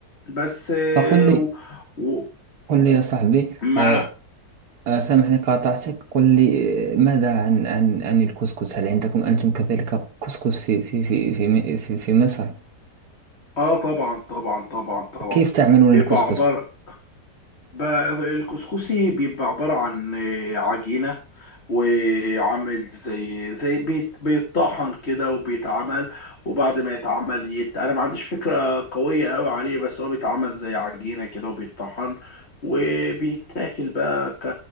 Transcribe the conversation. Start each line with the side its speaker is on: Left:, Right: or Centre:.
Left: بس إيه،
Right: فقل لي
Left: و-
Right: قل لي يا صاحبي
Left: ومع
Right: آه، آه، سامحني قاطعتك قل لي آه، ماذا عن عن عن الكسكس هل عندكم أنتم كذلك كسكس في في في في في, في مصر
Left: اه طبعا طبعا طبعا طبعا
Right: كيف تعملون
Left: بيبقى
Right: الكسكس؟
Left: عبارة بقى الكسكسي بيبقى عبارة عن آه، عجينة وعامل زي زي بيت- بيتطحن كده وبيتعمل وبعد ما يتعمل يت... انا ما عنديش فكرة قوية قوي عليه بس هو بيتعمل زي عجينة كده وبيتطحن وبيتاكل بقى ك...